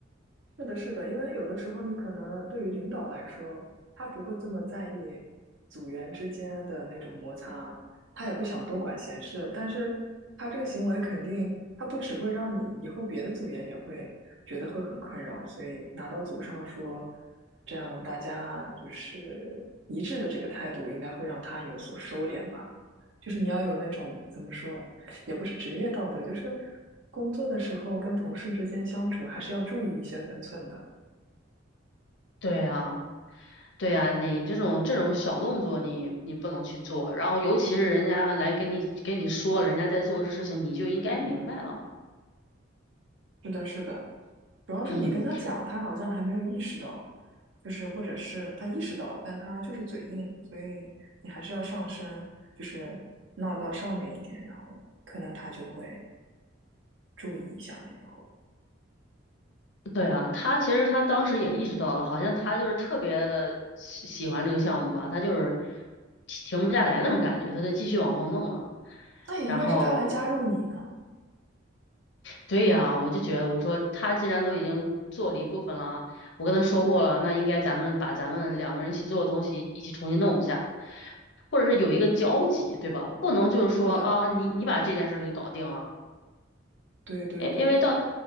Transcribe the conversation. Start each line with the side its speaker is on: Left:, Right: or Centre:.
Right: 是的，是的，因为有的时候你可能对于领导来说，他不会这么在意组员之间的那种摩擦，他也不想多管闲事，但是他这个行为肯定，他不只会让你以后别的组员也会觉得会很困扰，所以拿到组上说，这样大家就是一致的这个态度，应该会让他有所收敛吧。就是你要有那种怎么说，也不是职业道德，就是工作的时候跟同事之间相处还是要注意一些分寸的。
Left: 对啊，对啊，你这种这种小动作你，你不能去做，然后尤其是人家来跟你跟你说人家在做这事情，你就应该明白了。
Right: 是的，是的，主要是你跟他讲，
Left: <clears throat>
Right: 他好像还没有意识到，就是或者是他意识到了，但他就是嘴硬，所以你还是要上升，就是闹到上面一点，然后可能他就会注意一下了。以后
Left: 对啊，他其实他当时也意识到了，好像他就是特别的喜喜欢这个项目吧，他就是停停不下来那种感觉，他就继续往后弄了。
Right: 那也应该是他来加入你呢。
Left: 然后，对呀，我就觉得我说他既然都已经做了一部分了，我跟他说过了，那应该咱们把咱们两个人一起做的东西一起重新弄一下，或者是有一个交集，对吧？不能就是说啊，
Right: 是的，
Left: 你你把这件事儿给搞定了。
Right: 对对对，
Left: 因因为到，